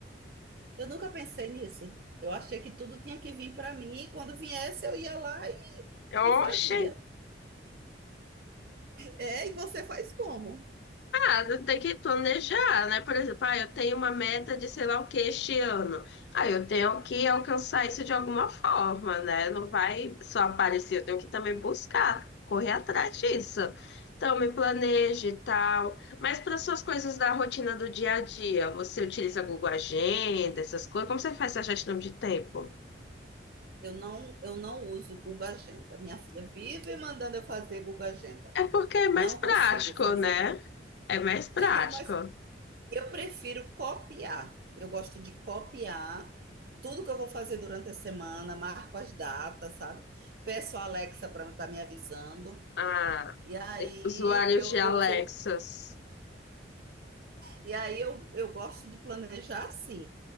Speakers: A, on the right; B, on the left.
A: Eu nunca pensei nisso. Eu achei que tudo tinha que vir para mim e quando viesse eu ia lá e,
B: Oxe!
A: e fazia. É, e você faz como?
B: Ah, tem que planejar, né? Por exemplo, ah, eu tenho uma meta de sei lá o que este ano. Ah, eu tenho que alcançar isso de alguma forma, né? Não vai só aparecer, eu tenho que também buscar, correr atrás disso. Então, me planeje e tal. Mas para suas coisas da rotina do dia a dia, você utiliza Google Agenda, essas coisas? Como você faz essa gestão de tempo?
A: Eu não, eu não uso Google Agenda. Minha filha vive mandando eu fazer Google Agenda.
B: É porque é mais
A: Não consigo
B: prático,
A: fazer.
B: né?
A: <laughs>
B: É mais prático.
A: É, mas eu prefiro copiar. Eu gosto de copiar tudo que eu vou fazer durante a semana, marco as datas, sabe? Peço a Alexa para estar me avisando.
B: Ah,
A: E aí
B: usuários
A: eu,
B: de Alexas.
A: eu vou E aí eu, eu gosto de planejar sim,